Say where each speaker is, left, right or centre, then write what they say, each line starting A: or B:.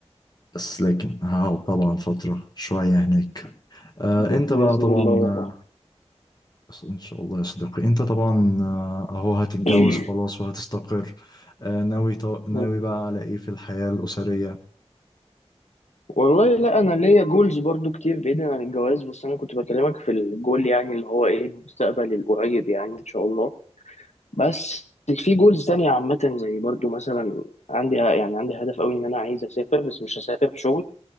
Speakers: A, on the left; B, on the left.
A: بس لكن هقعد طبعا فترة شوية هناك آه،
B: ب...
A: انت
B: باذن
A: بقى طبعا
B: الله
A: آه،
B: يا
A: ان شاء الله يا صديقي انت طبعا آه، اهو هتتجوز
B: صاحبي.
A: خلاص وهتستقر آه، ناوي ط- ناوي
B: <clears throat> مم.
A: بقى على ايه في الحياة الأسرية
B: والله لا انا ليا جولز برضو كتير بعيدا عن الجواز بس انا كنت بكلمك في الجول يعني اللي هو ايه المستقبل القريب يعني ان شاء الله بس في جولز تانية عامة زي برضو مثلا عندي يعني عندي هدف قوي ان انا عايز اسافر بس مش هسافر شغل